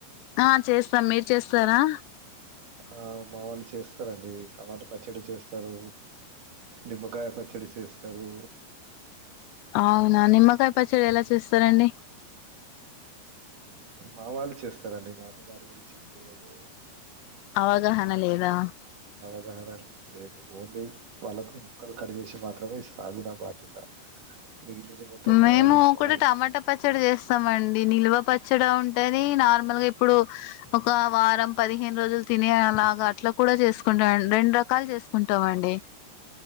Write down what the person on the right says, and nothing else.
ఆ మా వాళ్ళు చేస్తారంండి టమాటా పచ్చడి చేస్తారు నిమ్మకాయ పచ్చ డి చేస్తారు
మా వాళ్ళు చేస్తారండి నా అమ్మ దాని గురించి తెలియదు
ఆ లేదు ఓన్లీ వాళ్ళకు ముక్కలు కట్ చేేసి మాత్రమే ఇస్తా అది నా బాధ్యత. మిగిలింది మొత్తం మా
వాళ్ళ ఇంట్లో
వాళ్ళు
చూసుకుంటారు